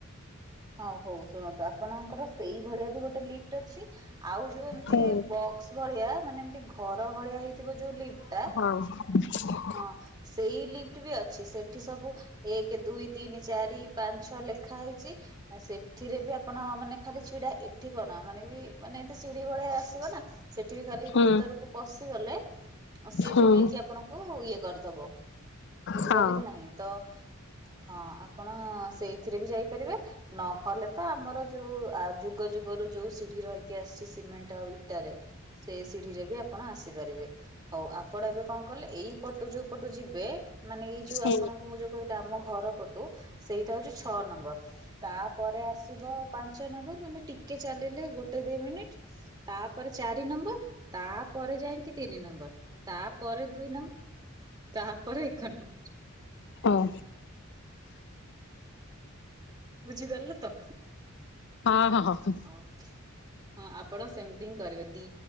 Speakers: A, on the right; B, on the left.
A: ହଁ ହଉ ଶୁଣନ୍ତୁ ଆପଣଙ୍କର ସେଇ ଭଳିଆ ବି ଗୋଟେ ଲିଫ୍ଟ ଅଛି ଆଉ ଯୋଉ ଏମ୍ତି
B: ହୁଁ
A: ବ ବକ୍ସ ଭଳିଆ ମାନେ ଏମିତି ଘର ଭଳିଆ ହେଇଥିବ ଯୋଉ ଲିଫ୍ଟ ଟା
B: <unintelligible>
A: ହଁ ସେଇ ଲିଫ୍ଟ ବି ଅଛି, ସେଠି ସବୁ ଏକ, ଦୁଇ, ତିନି, ଚାରି, ପାଞ୍ଚ, ଛଅ ଲେଖା ହେଇଚି। ଆ ସେଠିରେ ବି ଆପଣ ମାନେ ଖାଲି ଛିଡା ଏଠି କଣ ମାନେ ବି ମାନେ ଏନ୍ତି ସିଢି ଭଳିଆ ଆସିବ ନା। ସେଠି ବି ଖାଲି
B: ହୁଁ
A: ଭିତରକୁ ପଶିଗଲେ ଆଉ ସିଏ
B: ହୁଁ
A: ବି ନେଇକି ଆପଣଙ୍କୁ ଇଏ କରିଦବ, ବୁଝିପାରିଲେ
B: ହଁ
A: କି ନାହିଁ ତ ହଁ ଆପଣ ସେଇଥିରେ ବି ଯାଇପାରିବେ, ନହେଲେ ତ ଆମର ଯୋଉ ଯୁଗ ଯୁଗରୁ ଯୋଉ ସିଢି ରହିକି ଆସିଛି ସିମେଣ୍ଟ ଆଉ ଇ ଟାରେ ସେ ସିଢି ରେ ବି ଆପଣ ଆସିପାରିବେ, ହଉ ଆପଣ ଏବେ କଣ କଲେ ଏଇ ପଟୁ ଯୋଉ ପଟୁ ଯିବେ ମାନେ ଏଇ ଯୋଉ
B: ହୁଁ
A: ଆପଣଙ୍କ ମୁଁ ଯୋଉ କହିଲି ଆମ ଘର ପଟୁ ସେଇଟା ହଉଚି ଛଅ ନମ୍ୱର୍। ତାପରେ ଆସିବ ପାଞ୍ଚ ନମ୍ବର ମାନେ ଟିକେ ଚାଲିଲେ ଗୋଟେ ଦି ମିନିଟ୍ ତାପରେ ଚାରି ନମ୍ବର, ତାପରେ ଯାଇକି ତିନି ନମ୍ବର ତାପରେ ଦୁଇ ତାପରେ ଏକ ନମ୍ବର।
B: ହଁ।
A: ବୁଝିପାରିଲ ତ?
B: ହଁ ହଁ ହ।
A: ଅଫ୍ ହଁ ଆପଣ ସେମିତି ହିଁ କରିବେ ଦି